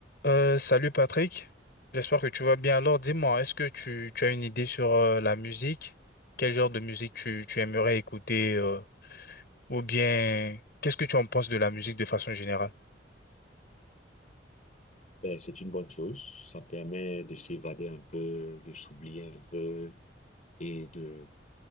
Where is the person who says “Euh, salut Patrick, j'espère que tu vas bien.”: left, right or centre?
Left